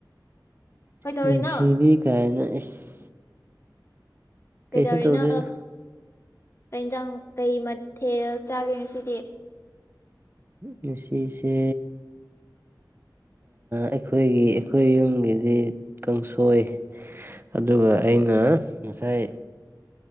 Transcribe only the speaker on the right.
ꯅꯨꯡꯁꯤꯕꯤ ꯀꯥꯏꯅ ꯏꯁ
ꯀꯩꯁꯨ ꯇꯧꯗꯦꯗ
ꯉꯁꯤꯁꯦ ꯑꯩꯈꯣꯏꯒꯤ ꯑꯩꯈꯣꯏ ꯌꯨꯝꯒꯤꯗꯤ ꯀꯥꯡꯁꯣꯏ ꯑꯗꯨꯒ ꯑꯩꯅ ꯉꯁꯥꯏ